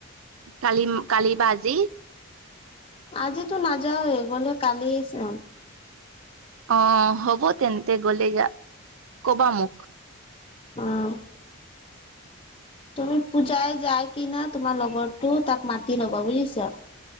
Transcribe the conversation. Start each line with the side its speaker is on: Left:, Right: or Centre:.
Right: কালি কালি বা আজি।
Left: আজিটো নাযাই। গ'লে কালি যাম।
Right: অ, হ'ব তেন্তে গলে যা কবা মোক?
Left: অঁ।
Right: <unintelligible>
Left: তুমি পূজাই যাই কি না? তোমাৰ লগৰটো, তাক মাতি ল'বা বুজিছা।